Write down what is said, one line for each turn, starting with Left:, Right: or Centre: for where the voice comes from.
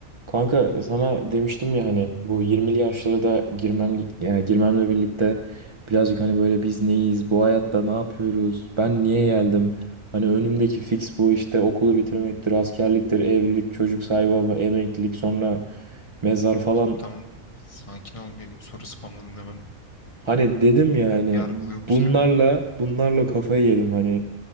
Right: Kanka sana demiştim ya hani bu 20'li yaşlara da girmem ya girmemle birlikte birazcık hani böyle biz neyiz, bu hayatta ne yapıyoruz, ben niye geldim? Hani önümdeki fix bu işte okulu bitirmektir, askerliktir, evlilik, çocuk sahibi olma, emeklilik, sonra mezar falan
Left: Oğlum tamam sakin ol bir soru spamladığında ben
Right: Hani dedim
Left: beni
Right: ya hani
Left: yargılıyormuş
Right: bunlarla
Left: gibi.
Right: bunlarla kafayı yedim hani